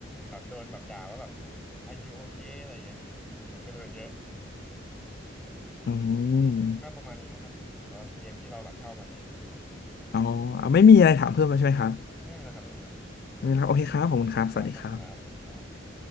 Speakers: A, in the centre; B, on the left.
A: แบบโดนแบบด่าว่าแบบ are you okay อะไรเงี้ยอืมผมก็โดนเยอะ
B: อืม
A: อืมก็ประมาณนี้มั้งครับสำหรับเกมที่เราแบบชอบวันนี้
B: อ๋อไม่มีอะไรถามเพิ่มแล้วใช่ไหมครับ
A: ไม่มีแล้วครับไม่มีแล้ว
B: ไม่มีแล้วโอเคครับขอบคุณครับสวัสดีครับ
A: อืมอืมครับขอบคุณครับสวัสดีครับ